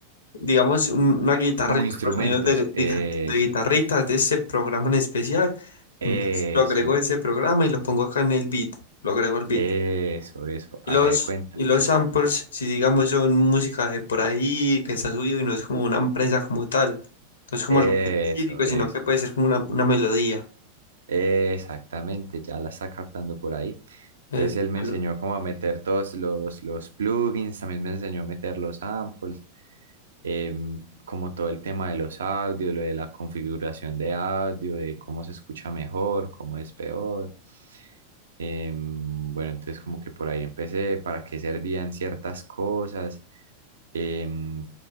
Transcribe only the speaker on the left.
digamos, un- una guitarrita,
los sonidos de,
de, gui- de guitarrita de ese programa en especial.
Entonces lo agrego a ese programa y lo pongo acá en el beat, lo agrego al beat.
Y los,
y los samples, si digamos, son música de por ahí, que está subido y no es como una empresa como tal, no es como
algo específico,
sino que puede ser como una, una melodía.
El,
el-